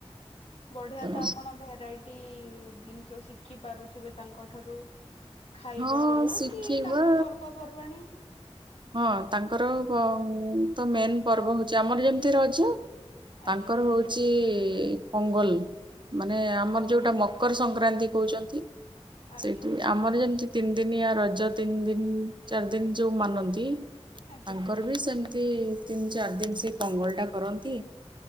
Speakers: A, on the left; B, on the right.
A: ବଢିଆ
B: ତେଣୁ
A: ତ ଆପଣ ଭେରାଇଟି ଜିନିଷ ଶିଖି ପାରୁଥିବେ ତାଙ୍କ ଠାରୁ ଖାଇବା
B: ହଁ
A: ହଉ
B: ଶିଖିବା
A: କି ତାଙ୍କ ପର୍ବପର୍ବାଣୀ
B: ହଁ ତାଙ୍କର ବ ତ ମେନ ପର୍ବ ହଉଛି ଆମର ଯେମିତି ରଜ
A: ଆଜ୍ଞା
B: ତାଙ୍କର ହଉଛି, ପୋଙ୍ଗଲ <inaudible> ମାନେ ଆମର
A: ହଁ
B: ଯୋଉଟା ମକର ସଂକ୍ରାନ୍ତି କହୁଛନ୍ତି
A: ଆଜ୍ଞା।
B: ସେଇଠି ଆମର ଯେମିତି, ତିନି ଦିନିଆୟ ରଜ ତିନି ଦିନ ଚାରି ଦିନ ଯୋଉ ମାନନ୍ତି, କି <inaudible>
A: ଆଜ୍ଞା
B: ତାଙ୍କର ବି ସେମ୍ ମତି ତିନି ଚାରି ଦିନ ସେଇ ପଙ୍ଗଲ ଟା କରନ୍ତି